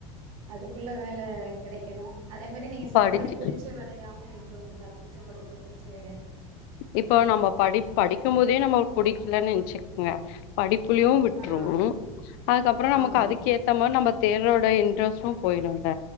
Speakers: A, on the right (about 85°); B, on the left (about 65°).
A: அதுக்குள்ள வேல கெடைக்கணு அதே மாரி நீங்க சொல்ற
B: படிச்சு
A: மாரி புடிச்ச வேலையாவு இருக்கணும்ளா புடிச்ச படிக்கு முடிச்ச வேலையா
B: இப்ப நம்ம படி படிக்கும் போதே நம்ம புடிக்கலன்னு நெனைச்சுக்கங்க படிப்புலயு விட்ருவோ
A: ஆ
B: அதுக்கப்பற நமக்கு
A: ஆமா
B: அதுக்கு ஏத்த மாரி நம்ம தேரோட இன்ட்ரெஸ்ட்டு போயிடும்ல